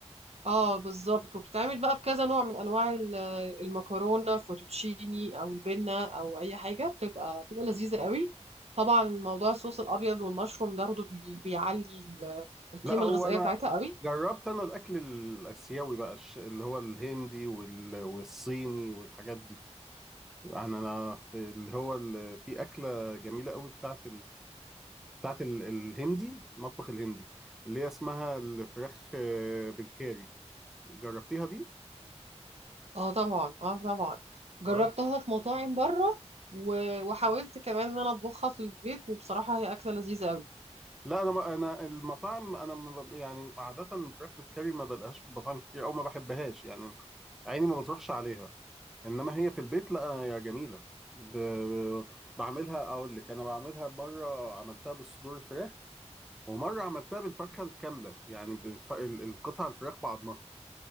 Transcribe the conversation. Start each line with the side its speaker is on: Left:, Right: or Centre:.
Right: اه بالظبط وبتتعمل بقى بكذا نوع من انواع ال- المكرونه فوتوتشيني او البنه او اي حاجه بتبقى بتبقى لذيذه قوي طبعا موضوع الصوص الابيض والمشروم ده برضه بي- بيعلي ال- القيمه
Centre: لا هو
Right: الغذائيه
Centre: انا
Right: بتاعتها قوي
Centre: جربت انا الاكل الاسيوي بقى الش- اللي هو الهندي وال والصيني والحاجات دي يعني انا في اللي هو ال- في اكله جميله قوي بتاعت بتاعت ال- الهندي المطبخ الهندي اللي هي اسمها الفراخ آه، بالكاري جربتيها دي
Right: اه طبعا اه طبعا جربتها
Centre: اه
Right: في مطاعم بره و- وحاولت كمان ان انا اطبخها في البيت وبصراحه هي اكله لذيذه قوي
Centre: لا انا ما انا المطاعم انا ما ب- يعني عاده الفراخ بالكاري ما بلقاش في المطاعم كتير او ما بحبهاش يعني عيني ما بتروحش عليها انما هي في البيت لا يا جميله ب... بعملها اقول لك انا بعملها مره عملتها بالصدور الفراخ ومره عملتها بالفرخه الكامله يعني بالف... ال- القطع الفراخ بعضمها